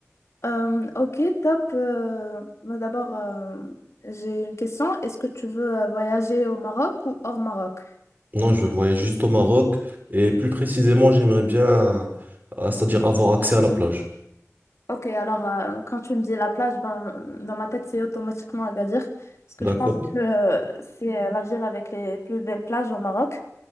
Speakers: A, on the left; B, on the right.
A: Euh, ok, top. Euh, mais d'abord, euh, j'ai une question. Est-ce que tu veux euh, voyager au Maroc ou hors Maroc?
B: Non, je voyage juste au Maroc et plus précisément, j'aimerais bien, euh, c'est-à-dire avoir accès à la plage.
A: Ok, alors euh, quand tu me dis la plage, ben, dans ma tête, c'est automatiquement Agadir. Parce que
B: D'accord?
A: je pense que euh, c'est euh, la ville avec les plus belles plages au Maroc.